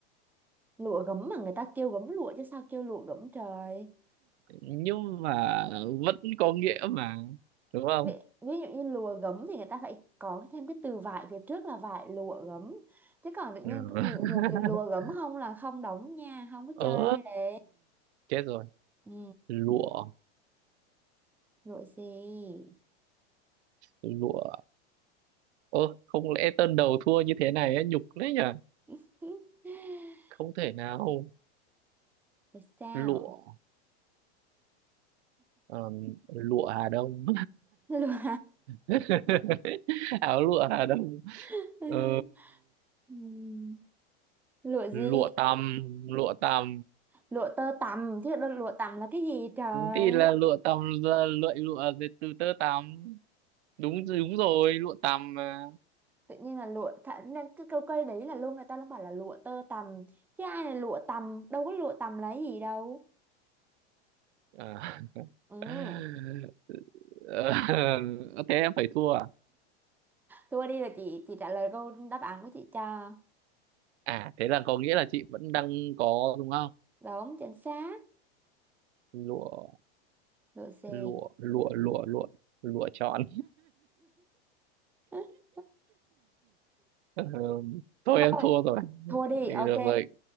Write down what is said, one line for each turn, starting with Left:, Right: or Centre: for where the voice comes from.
Centre: lụa gấm mà người ta kêu gấm lụa chứ sao kêu lụa gấm trời
Right: nhưng mà vẫn có nghĩa mà đúng không
Centre: ví, ví dụ như lụa gấm thì người ta phải có thêm cái từ vải phía trước là vải lụa gấm chứ còn tự
Right: ừ.
Centre: nhiên cũng
Right: <laughs>
Centre: nhiều, nhiều từ lụa gấm không là không đóng nha không có
Right: ờ
Centre: chơi đấy
Right: chết rồi
Centre: ừ
Right: lụa
Centre: lụa gì
Right: lụa ơ không lẽ tân đầu thua như thế này ấy, nhục đấy nhở
Centre: <laughs>
Right: không thể nào
Centre: Rồi sao
Right: lụa ờm, lụa Hà Đông
Centre: lụa
Right: <laughs> áo lụa Hà Đông
Centre: <laughs>
Right: Ờ,
Centre: Ừm, lụa gì
Right: lụa tằm lụa tằm
Centre: lụa tơ tằm chứ đâu- lụa tằm là cái gì trời
Right: thì là lụa tằm là lụa lụa dệt từ tơ tằm đúng đúng rồi lụa tằm mà
Centre: tự nhiên là lụa thà, nên cái câu cây đấy là luôn người ta luôn bảo là lụa tơ tằm chứ ai là lụa tằm đâu có lụa tằm là cái gì đâu
Right: à.
Centre: ừ
Right: <laughs> Ờ, thế em phải thua à
Centre: thua đi là chị chị trả lời câu đáp án của chị cho
Right: à thế là có nghĩa là chị vẫn đang có đúng không
Centre: đúng chính xác
Right: lụa
Centre: lụa gì
Right: lụa lụa lụa lụa lụa chọn
Centre: <laughs>
Right: Ờ, <laughs> thôi
Centre: thôi
Right: em thua rồi
Centre: thua đi
Right: thì
Centre: ok
Right: được rồi